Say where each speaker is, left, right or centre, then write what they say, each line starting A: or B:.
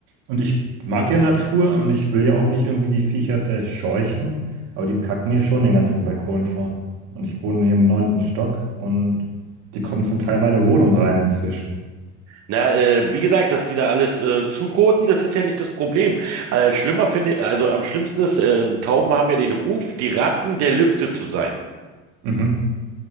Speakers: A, on the right (about 80°); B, on the right (about 55°).
A: Und ich mag ja Natur und ich will ja auch nicht irgendwie die Viecher verscheuchen, aber die kacken mir schon den ganzen Balkon vor. Und ich wohne hier im neunten Stock und die kommen zum Teil in meine Wohnung rein inzwischen.
B: Na, äh, wie gesagt, dass die da alles äh, zukoten, das ist ja nicht das Problem. Äh, schlimmer finde, also am schlimmsten ist, ähm, Tauben haben ja den Ruf, die Ratten der Lüfte zu sein.
A: Mhm.